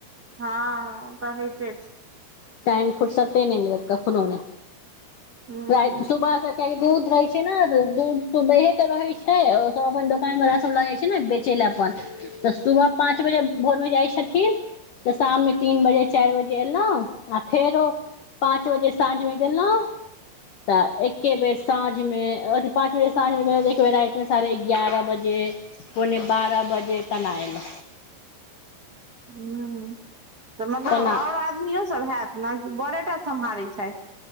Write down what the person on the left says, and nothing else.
टाइम फुरसते नहि मिलत कखनो ने
रात सुबह के कियैक दूध रहै छै ने तऽ दूध सुबेहे के रहै छै सभ अपन दोकान वला सब लऽ जाय छै ने बेचै लेऽ अपन तऽ सुबह पाँच बजे भोर मे जाइ छथि न तऽ शाममे तीन बजे चार बजे एलहुँ आ फेरो पाँच बजे साँझमे गेलौं तऽ एक्के बेर साँझ में अथि पाँच बजे साँझ मे गेलौ एक बेर रात मे साढ़े ग्यारह बजे पौने बारह बजे तन आयलौ
तेना